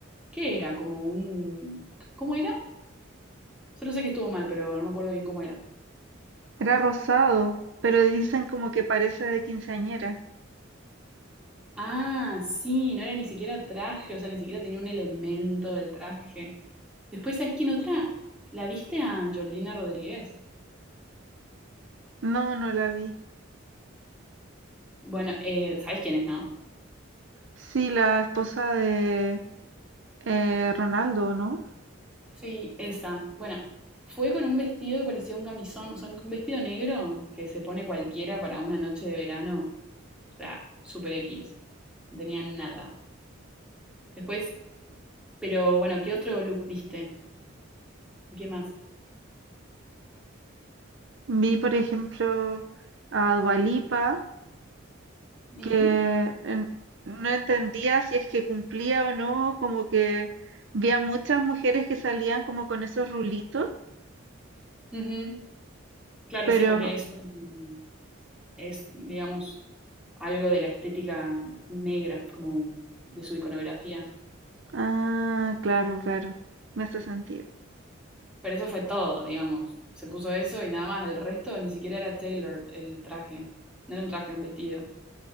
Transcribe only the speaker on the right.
Era rosado, pero dicen como que parece de quinceañera.
No, no la vi.
Sí, la esposa de eh, Ronaldo, ¿no?
Vi, por ejemplo, a Dua Lipa,
que en- no entendía si es que cumplía o no, como que vi a muchas mujeres que salían como con esos rulitos,
pero
Ah, claro, claro. Me hace sentido.